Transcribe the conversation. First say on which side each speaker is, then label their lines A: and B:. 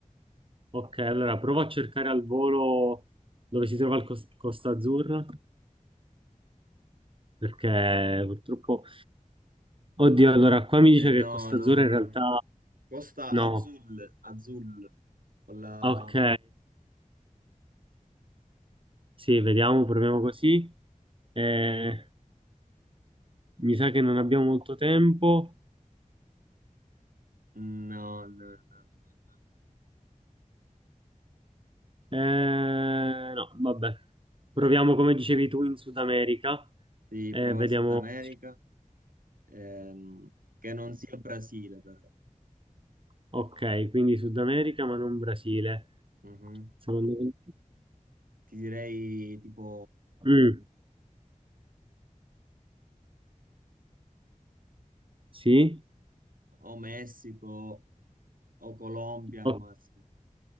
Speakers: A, on the right; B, on the right.
A: Ok, allora provo a cercare al volo dove si trova il Cos- Costa Azzurra, perché purtroppo... Oddio, allora qua mi dice
B: Eh no,
A: che Costa
B: no,
A: Azzurra
B: no.
A: in realtà...
B: Costa
A: No.
B: Azul, Azul, con la...
A: Ok, sì, vediamo, proviamo così. Eh, mi sa che non abbiamo molto tempo.
B: No, no, no, no, no, no.
A: Eh, no, vabbè. Proviamo come dicevi tu in Sud America.
B: Sì,
A: Eh,
B: prova
A: vediamo.
B: Sud America, ehm, che non sia Brasile però.
A: Ok, quindi Sud America ma non Brasile.
B: Mhm.
A: Sono andato-
B: Ti direi tipo...
A: Mm, sì?
B: o Messico o Colombia al
A: O-
B: massimo.